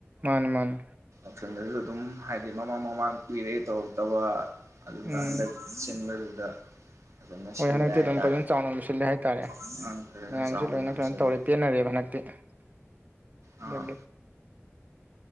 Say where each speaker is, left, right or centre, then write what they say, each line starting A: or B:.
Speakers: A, on the right; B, on the right.
A: ꯃꯥꯅꯤ ꯃꯥꯅꯤ
B: ꯌꯥꯎꯁꯪꯗꯁꯨ ꯑꯗꯨꯝ ꯍꯥꯏꯗꯤ ꯃꯃꯥꯡ ꯃꯃꯥꯡ ꯀꯨꯏꯔꯦ ꯇꯧꯔꯛ ꯇꯕ ꯑꯗꯨꯅ
A: ꯎꯝ
B: ꯍꯟꯗꯛ ꯁꯤꯟꯕꯗꯨꯗ ꯐꯖꯅ
A: ꯍꯣꯏ
B: ꯁꯤꯜꯂꯦ
A: ꯍꯟꯗꯛꯇꯤ ꯑꯗꯨꯝ
B: ꯍꯥꯏꯇꯥꯔꯦ
A: ꯐꯖꯅ ꯆꯥꯎꯅ ꯑꯗꯨꯝ ꯁꯤꯜꯂꯦ ꯍꯥꯏꯇꯥꯔꯦ
B: ꯑꯉꯥꯡ ꯐꯖꯅ
A: ꯃꯌꯥꯝꯁꯨ
B: ꯆꯥꯎꯅ
A: ꯂꯣꯏꯅ
B: ꯑꯗꯨꯝ
A: ꯀꯩꯅꯣ
B: ꯁꯤꯜꯂꯦ
A: ꯇꯧꯔꯦ ꯄꯦꯟꯅꯔꯦꯕ ꯍꯟꯗꯛꯇꯤ <inaudible>
B: ꯑꯥ